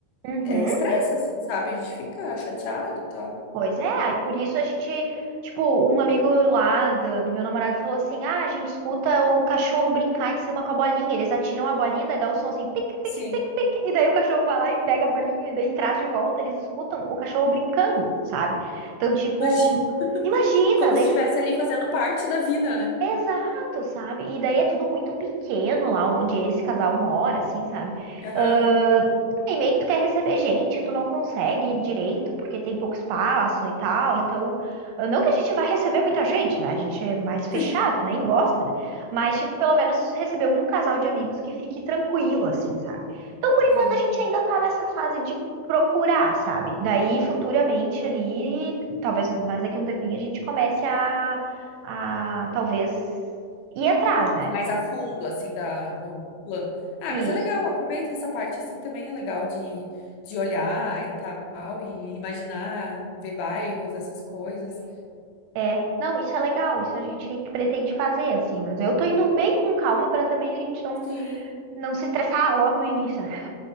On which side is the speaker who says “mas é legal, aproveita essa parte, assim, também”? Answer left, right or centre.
Left